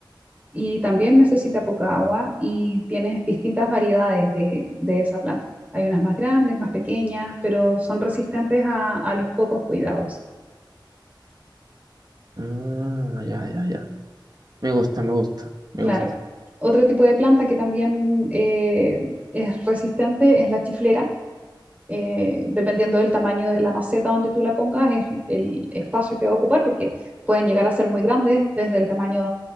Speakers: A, on the right; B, on the right.
A: Y también necesita poca agua y tienes distintas variedades de, de esa planta. Hay unas más grandes, más pequeñas, pero son resistentes a a los pocos cuidados.
B: Ah, ya, ya, ya. Me gusta, me gusta, me
A: Claro.
B: gusta.
A: Otro tipo de planta que también eh, es resistente es la chiflera. Eh, dependiendo del tamaño de la maceta donde tú la pongas, es el espacio que va a ocupar, porque pueden llegar a ser muy grandes, desde el tamaño,